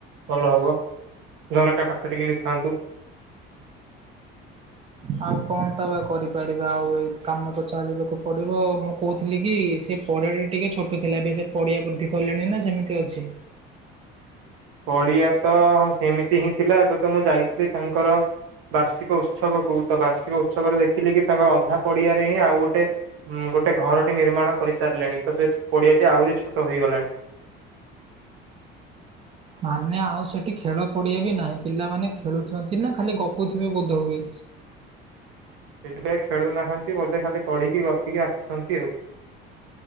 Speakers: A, on the right; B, on the right.
A: ଭଲ ହବ ଝରକା ପାଖ ଟିକ ଥାଆନ୍ତୁ
B: ଆଉ କଣ ଟା ବା କରିପାରିବା ଆଉ ଏଇ କାମ ତ ଚାଲିବାକୁ ପଡିବ କହୁଥିଲି କି ସେ ପଡ଼ିଆ ଟିକେ ଛୋଟ ଥିଲା ଏବେ ସେ ପଡିଆ ବୃଦ୍ଧି କଲେଣି ନା ସେମିତି ଅଛି
A: ପଡିଆ ତ ସେମିତି ହିଁ ଥିଲା ଏବେ ତ ମୁଁ ଯାଇଥିଲି ତାଙ୍କର ବାର୍ଷିକ ଉତ୍ସବକୁ ତ ବାର୍ଷିକ ଉତ୍ସବରେ ଦେଖିଲି କି ତାଙ୍କ ଅଧା ପଡିଆରେ ହିଁ ଆଉ ଗୋଟେ ଉଁ ଗୋଟେ ଘରଟି ନିର୍ମାଣ କରିସାରିଲେଣି ତ ସେ ପଡ଼ିଆଟି ଆହୁରି ଛୋଟ ହେଇଗଲାଣି <inaudible>
B: ମାନେ ଆଉ ସେଠି ଖେଳ ପଡିଆ ବି ନାହିଁ ପିଲାମାନେ ଖେଳୁଛନ୍ତି ନା ଖାଲି ଗପୁଥିବେ ବୋଧ ହଏ
A: <inaudible> ଖେଳୁନାହାନ୍ତି ବୋଧେ ଖାଲି ପଢିକି ଗପିକି ଆସୁଛନ୍ତି ଆଉ